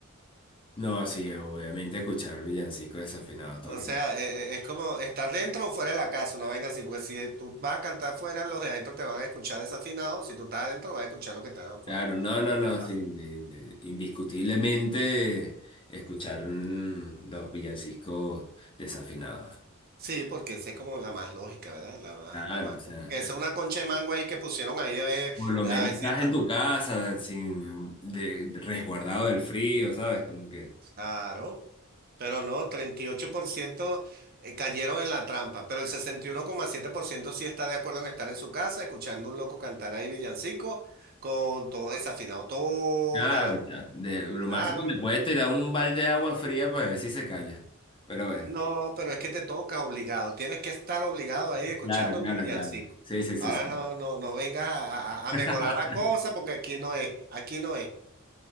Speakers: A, on the left; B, on the right.
A: No, sí, obviamente escuchar villancicos desafinados todo
B: O
A: el-
B: sea, eh, eh, es como estar dentro o fuera de la casa, una vaina así, porque si tú vas a cantar fuera, los de adentro te van a escuchar desafinados, si tú estás adentro vas a escuchar lo que están afuera.
A: Claro, no, no, no,
B: Desaf-
A: sí, ind- indiscutiblemente escuchar mm, los villancicos desafinados.
B: Sí, porque esa es como la más lógica, ¿verdad? La más,
A: Claro,
B: la más.
A: o
B: como
A: sea,
B: Que esa es una concha de mango ahí que pusieron ahí a ver,
A: por lo
B: a
A: menos
B: ver
A: estás
B: si esto-
A: en tu casa, sin de, de- resguardado del frío, ¿sabes? Como que,
B: Claro, pero no, 38% eh, cayeron en la trampa, pero el sesenta y uno coma siete por ciento sí está de acuerdo en estar en su casa, escuchando un loco cantar ahí villancico, con todo desafinado, toda
A: claro,
B: la noche.
A: ya, de, lo
B: Claro.
A: máximo le puedes tirar un balde de agua fría para ver si se calla. Pero bueno.
B: No, pero es que te toca obligado. Tienes que estar obligado ahí escuchando
A: Claro, claro,
B: tu villancico.
A: claro. Sí, sí, sí,
B: Ahora
A: sí.
B: no, no, no vengas a, a- a
A: <laughs>
B: mejorar la cosa porque aquí no es, aquí no es.